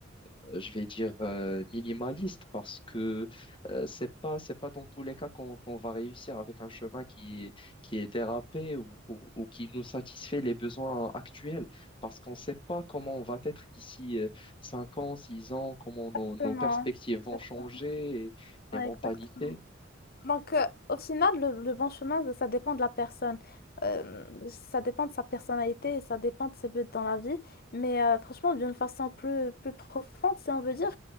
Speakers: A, on the left; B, on the left.
A: euh, je vais dire euh, minimaliste parce que euh, c'est pas c'est pas dans tous les cas qu'on qu'on va réussir avec un chemin qui est qui est dérapé ou, ou, ou qui nous satisfait les besoins actuels parce qu'on sait pas comment on va être d'ici euh, cinq ans, six ans, comment nos,
B: Exactement.
A: nos perspectives vont
B: Exactement.
A: changer, et les
B: Ouais,
A: mentalités.
B: exactement. Donc, euh, au final, le, le bon chemin, ça ça dépend de la personne. Euh, ça dépend de sa personnalité, ça dépend de ses buts dans la vie. Mais euh, franchement, d'une façon plus, plus profonde, si on veut dire,